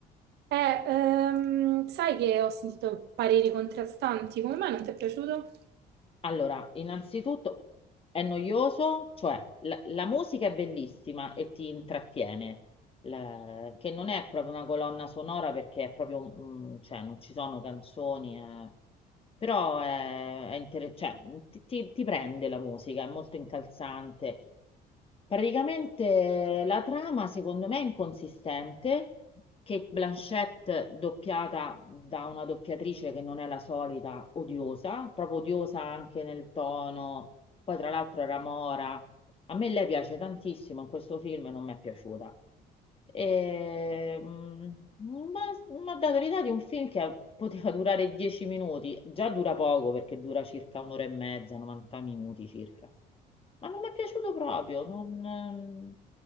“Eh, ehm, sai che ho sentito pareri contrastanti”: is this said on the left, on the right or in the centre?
Right